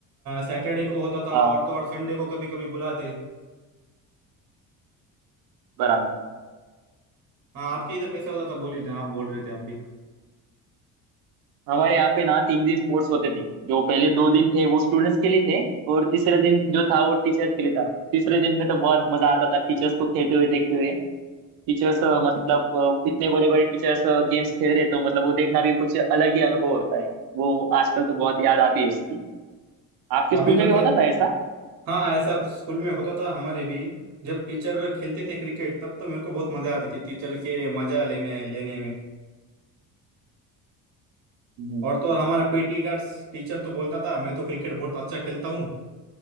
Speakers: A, on the right (about 45°); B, on the right (about 70°).
A: सैटरडे को होता था
B: हाँ
A: और तो और संडे को कभी कभी बुलाते
B: बराबर
A: हाँ आपके इधर कैसा होता था बोलिए ना आप बोल रहे थे आप भी
B: हमारे यहाँ पे ना तीन दिन स्पोर्ट्स होते थे जो पहले दो दिन थे वो स्टूडेंट्स के लिए थे और तीसरा दिन जो था वो टीचर्स के लिए था तीसरे दिन में तो बहुत मजा आता था टीचर्स को खेलते हुए देखते हुए। टीचर्स मतलब अ, इतने बड़े बड़े टीचर्स गेम्स खेल रहे तो मतलब वो देखना भी कुछ अलग ही अनुभव होता है वो आजकल तो बहुत याद आती है उसकी आपके स्कूल
A: अभी
B: में
A: तो
B: भी होता
A: क्या
B: था ऐसा
A: हाँ ऐसा स्कूल में होता था हमारे भी जब टीचर खेलते थे क्रिकेट तब तो मेरे को बहुत मजा आती थी टीचर के मजा लेने लेने में
B: हम्म,
A: और तो और हमारा पीटी का टीचर तो बोलता था मैं तो क्रिकेट बहुत अच्छा खेलता हूँ